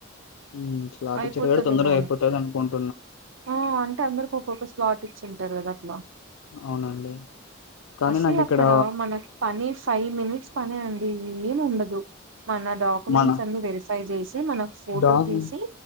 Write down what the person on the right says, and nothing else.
అయిపోతదేమో
అని
ఆ అంటే అందరికి ఒక్కొక్క స్లాట్ ఇచ్చింటారు కదా అట్లా
అసలు
అక్కడ మనకు పని ఫైవ్ మినిట్స్ పనే అండి ఏమి ఉండదు మన డాక్యుమెంట్స్
అన్ని వెరిఫై చేసి మనకు ఫోటో
తీసి